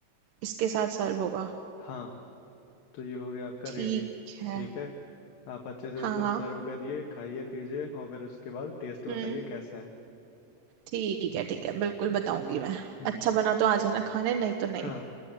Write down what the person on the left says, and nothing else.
हाँ तो ये हो गया आपका
रेडी
ठीक है आप अच्छे से
इसको
सर्व करिए खाइए पीजिए और फिर उसके बाद टेस्ट बताइए
कैसा है
हम्म
हाँ